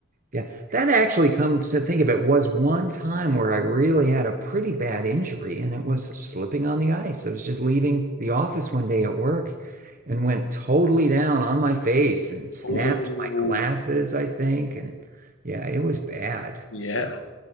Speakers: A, on the right (about 45°); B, on the left (about 70°).
A: Yeah, that actually comes to think of it was one time where I really had a pretty bad injury and it was slipping on the ice. I was just leaving the office one day at work and went totally down on my face and snapped
B: <laughs> Ooh,
A: my glasses, I think. And yeah, it was bad.
B: yeah.
A: So